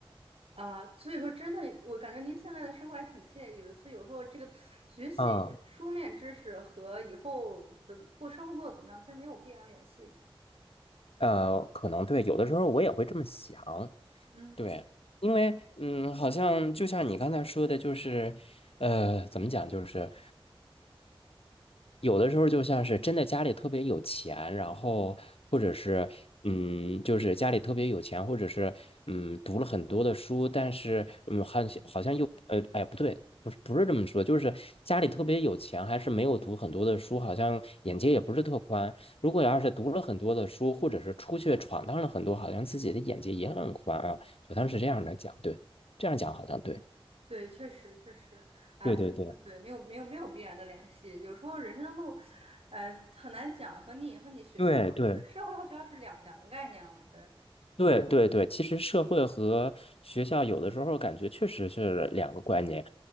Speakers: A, on the right; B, on the left.
A: 啊，所以说真的，我感觉您现在的生活还挺惬意的。所以有时候这个学习书面知识和以后怎么过生活过得怎么样，
B: 啊，
A: 其实没有必然联系。
B: 呃，可能对，有的时候我也会这么想。
A: 嗯
B: 对，因为嗯，好像就像你刚才说的，就是，呃，怎么讲，就是，有的时候就像是真的家里特别有钱，然后或者是嗯，就是家里特别有钱，或者是嗯读了很多的书，但是嗯好像好像又呃哎不对，
A: 嗯
B: 不是不是这么说，就是家里特别有钱，还是没有读很多的书，好像眼界也不是特宽。如果要是读了很多的书，或者是出去闯荡了很多，好像自己的眼界也很宽啊，好像是这样的讲，对，这样讲好像对，
A: 嗯对，确实确实，哎，
B: 对对对
A: 反正对，没有没有没有必然的联系。有时候人生的路，哎，很难讲，和你和你学校、
B: 对对。
A: 对社会和学校是两两个概念了。对，
B: 对对对，其实社会和学校有的时候感觉确实是两个观念。